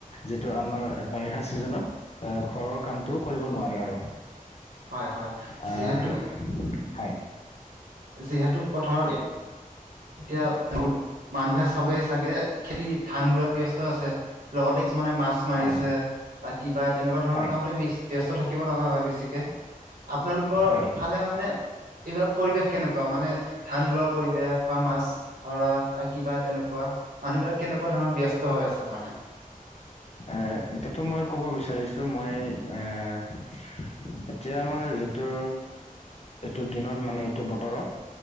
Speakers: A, on the left; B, on the right.
A: যিটো আমাৰ বাৰিষা চিজনত অ‌, ঘৰৰ কামটো কৰিব নোৱাৰে আৰু।
B: হয়, হয়, যিহেতু
A: আহ
B: উম,
A: হয়
B: যিহেতু পথাৰত এত এতিয়া, বহুত মানুহে চবেই চাগে খেতি ধান ৰুৱাত‌ ব্যস্ত আছে, লগতে কিছু মানে মাছ মাৰিছে
A: হয়
B: বা কিবা তেনেকুৱা ধৰণৰ
A: হয়
B: কামতে‌ বেছি ব্যস্ত থাকিব লগা হয় বেছিকে। আপোনালোকৰ
A: হয়
B: ফালে মানে, কিবা পৰিৱেশ কেনেকুৱা? মানে ধান ৰুৱা পৰিৱেশ। বা মাছ ধৰা, বা কিবা তেনেকুৱা, মানুহবিলাক কেনেকুৱা ধৰণৰ ব্যস্ত হৈ আছে মানে।
A: এ, এতিয়া তোমাক ক'ব বিচাৰিছোঁ মই এ, এতিয়া আমাৰ যিটো, এইটো দিনত মানে এইটো বতৰত